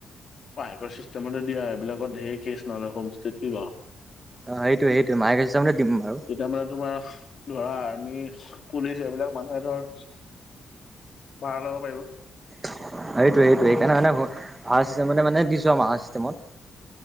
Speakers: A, on the left (about 45°); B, on the right (about 15°).
A: অ হাইকৰ চিষ্টেম দিয়া এইবিলাকত ধেৰ কেচ নহলে হোম ষ্টেটো ল
B: অ', সেইটোৱেই সেইটোৱেই, মাহিলী চিষ্টেমতে দিম বাৰু।
A: তেতিয়া মানে তোমাৰ ধৰা আৰ্মি, পুলিচ, এইবিলাক মানুহে ধৰ, ভাড়া ল'ব পাৰিব।
B: সেইটোৱেই-সেইটোৱেই, সেইকাৰণে মানে ভাড়া চিষ্টেমতে মানে দিছো আৰু, মাহৰ চিষ্টেমত।